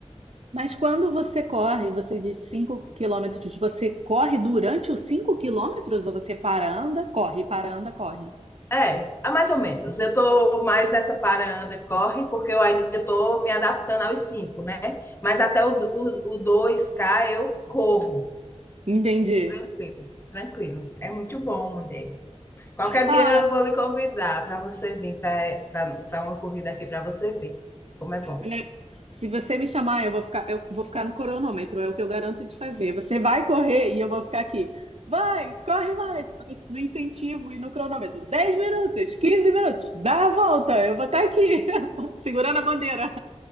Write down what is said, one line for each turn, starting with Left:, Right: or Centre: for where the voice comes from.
Right: Mas quando você corre, você diz 5 quilômetros, você corre durante os 5 quilômetros ou você para, anda, corre, para, anda, corre?
Left: É, é mais ou menos. Eu estou mais nessa para, anda, corre, porque eu ainda estou me adaptando aos cinco, né? Mas até o, o, o 2K eu corro.
Right: Entendi.
Left: Tranquilo, tranquilo. É muito bom, mulher. Qualquer
Right: Ah,
Left: dia eu vou lhe convidar para você vir para uma corrida aqui para você ver como é bom.
Right: é, se você me chamar, eu vou ficar, eu vou ficar no cronômetro, é o que eu garanto de fazer. Você vai correr e eu vou ficar aqui. Vai, corre mais, no incentivo e no cronômetro. 10 minutos, 15 minutos, dá a volta, eu vou estar aqui, <laughs> segurando a bandeira.